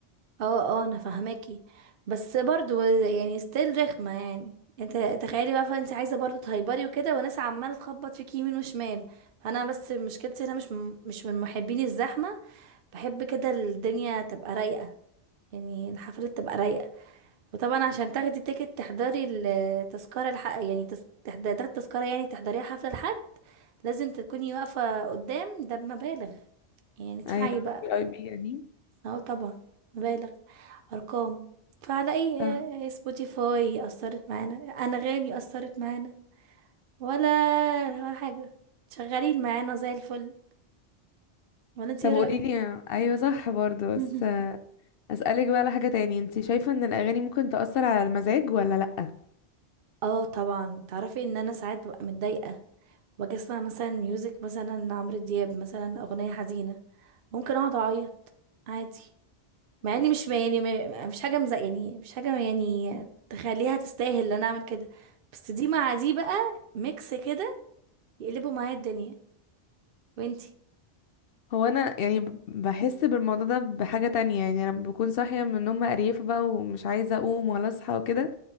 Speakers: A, on the right; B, on the left.
A: اه اه انا فاهماكي بس برضو يعني ستيل رخمة يعني انت تخيلي بقى فانت عايزة برضو تهيبري وكده وناس عمالة تخبط فيكي يمين وشمال فانا بس مشكلتي انا مش م- مش من محبين الزحمة بحب كده الدنيا تبقى رايقة يعني الحفلة تبقى رايقة وطبعا عشان تاخدي تيكت تحضري التذكرة الحق يعني تس... تحض- تاخدي تذكرة يعني تحضريها حفلة لحد لازم تكوني واقفة قدام ده بمبالغ يعني ادفعي
B: ايوه
A: بقى
B: في اي بي يعني
A: اه طبعا مبالغ ارقام فعلى اي
B: اه.
A: سبوتيفاي اثرت معانا انغامي اثرت معانا ولا ولا حاجه شغالين معانا زي الفل ولا انت
B: طب
A: ايه رايك
B: قوليلي ايوه صح برضه
A: <laughs>
B: بس آه، اسألك بقى على حاجة تاني انت شايفة ان الاغاني ممكن تأثر على المزاج ولا لا
A: اه طبعا تعرفي ان انا ساعات ببقى متضايقه واجي اسمع مثلا ميوزك مثلا عمرو دياب مثلا اغنيه حزينه ممكن اقعد اعيط عادي مع اني مش يعني م- مش حاجه مزق يعني مش حاجه يعني تخليها تستاهل ان انا اعمل كده بس دي مع دي بقى ميكس كده يقلبوا معايا الدنيا وانتي
B: هو انا يعني ب- بحس بالموضوع ده بحاجة تانية يعني انا بكون صاحية من النوم مقريفة بقى ومش عايزة اقوم ولا اصحى وكده